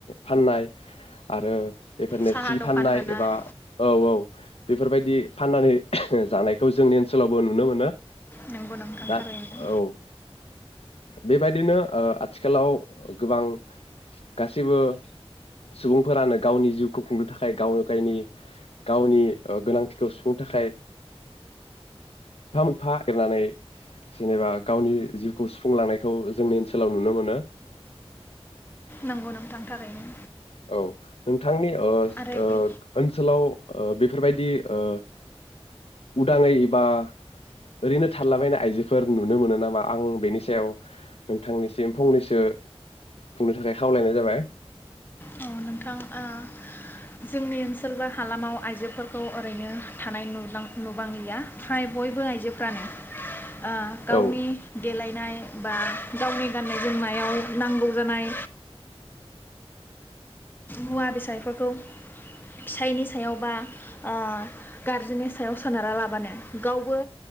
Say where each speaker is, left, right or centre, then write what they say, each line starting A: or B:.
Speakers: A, on the left; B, on the left.
A: फाननाय आरो बेफोरनो
B: साहा
A: सि
B: दखान
A: फाननाय
B: होनाय
A: एबा औ औ बेफोरबायदि फाननानै जानायखौ जोंनि ओनसोलावबो नुनो मोनो
B: नोंगौ नोंथां
A: दा
B: थारैनो
A: औ बेबायदिनो ओ आथिखालाव गोबां गासैबो सुबुंफोरानो गावनि जिउखौ खुंनो थाखाय गावनो गायनि गावनि गोनांथिखौ सुफुंनो थाखाय मोनफा मोनफा एरनानै जेनेबा गावनि जिउखौ सु फुंलांनायखौ जोंनि ओनसोलाव नुनो मोनो।
B: नंगौ नोंथां थारैनो
A: औ नोंथांनि ओस
B: आरो
A: ओ
B: बे
A: ओनसोलाव ओ बेफोरबायदि ओ उदाङै एबा ओरैनो थालाबायनाय आइजोफोर नुनो मोनो नामा आं बेनि सा थेव नोंथांनिसिम फंनैसो बुंनो थाखाय खावलायनाय जाबाय।
B: औ नोंथां ओ जोंनि ओनसोलबा हालामाव आइजोफोरखौ ओरैनो थानाय नुबां नुबांलिया फ्राय बयबो आइजो फ्रान ओ गावनि
A: औ
B: देलानाय बा गावनि गाननाय जोमनायाव नांगौ जानाय मुवा बेसायफोरखौ फिसायनि सायाव बा आ गारजेननि सायाव सोनारा लाबानो गावबो